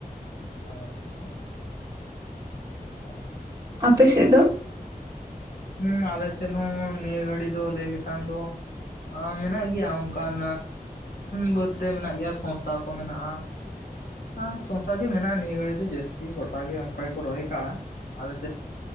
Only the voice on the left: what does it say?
ᱟᱪᱪᱷᱟ᱾ ᱚ᱾
ᱦᱩᱸ ᱟᱞᱮᱥᱮᱫ ᱦᱚᱸ ᱱᱤᱭᱟᱹ ᱜᱷᱟᱹᱲᱤ ᱫᱚ ᱞᱟᱹᱭ ᱞᱮᱠᱷᱟᱱ ᱫᱚ, ᱟᱸ ᱢᱮᱱᱟᱜ ᱜᱮᱭᱟ ᱚᱱᱠᱟᱱ ᱵᱟᱹᱫ ᱨᱮ ᱢᱮᱱᱟᱜ ᱜᱮᱭᱟ ᱥᱚᱸᱥᱟ ᱠᱚ ᱢᱮᱱᱟᱜᱼᱟ᱾ ᱟᱸ ᱥᱚᱸᱥᱟ ᱜᱮ ᱢᱮᱱᱟᱜᱼᱟ ᱱᱤᱭᱟᱹ ᱜᱷᱟᱹᱲᱤᱡ ᱫᱚ ᱡᱟᱹᱥᱛᱤ, ᱜᱚᱴᱟ ᱜᱮ ᱚᱱᱠᱟ ᱜᱮᱠᱚ ᱨᱚᱦᱚᱭ ᱠᱟᱜᱼᱟ᱾ ᱟᱞᱮᱥᱮᱫ